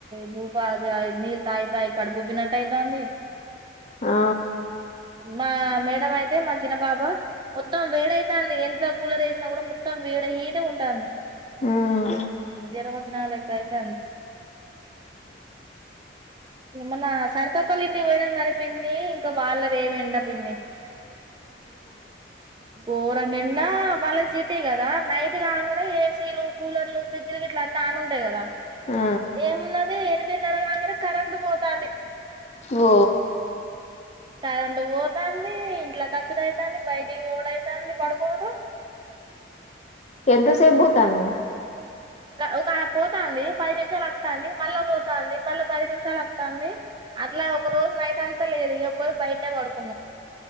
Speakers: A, on the right; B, on the left.
A: భూప అది ఆయ్ నీల్ తాగి తాగి కడుపుబ్బినట్టయితాంది.
B: ఆ
A: మా మేడం అయితే మా చిన పాప మొత్తం వేడైతాంది ఎంత కూలర్ వేసినా కూడా మొత్తం వేడై హీటుగా ఉంటాంది.
B: హ్మ్
A: జ్వరం వచ్చినాల ఇట్టైతాంది. ఏమన్నా సరతక్కోళ్ళ ఇంటికి పోయినాం కానీ పిన్ని ఇంకా వాళ్ళది ఏమి ఎండ పిన్ని గోరం నిండా మళ్ళ సిటీ కదా నైట్ కాకుండా చేసి తేలు కూలర్లు, ఫ్రిడ్జ్లు గిట్లా అన్నీ ఆన్ ఉంటాయి కదా
B: ఆ
A: ఏమున్నది ఏ <unintelligible> కరెంటు పోతాంది
B: ఓ
A: కరెంటు పోతాంది. ఇట్లా కచరైతాంది బై ఇది ఓడయితాంది పడుకోడు.
B: ఎంతసేపు పోతాను.
A: ఒక పోతాంది పది నిమిషాలు వత్తాంది మళ్ళా పోతాంది మళ్ళా పది నిమిషాలు వత్తాంది అట్లా ఒక రోజు నైట్ అంతా లేదు ఇక పోయి బయటనే పడుకో